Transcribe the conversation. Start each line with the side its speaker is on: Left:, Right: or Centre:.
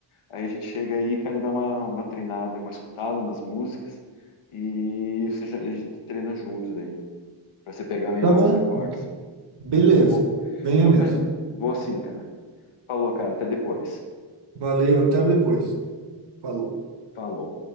Left: Aí a gente chega aí, cara, e dá uma, uma treinada, uma escutada nas músicas e você já- a gente treina juntos aí, para você pegar melhor
Right: Tá bom.
Left: os acordes.
Right: Beleza.
Left: Bom,
Right: Venha
Left: então,
Right: mesmo.
Left: bem, vou assim, cara. Falou, cara, até depois.
Right: Valeu, até depois. Falou.
Left: Falou.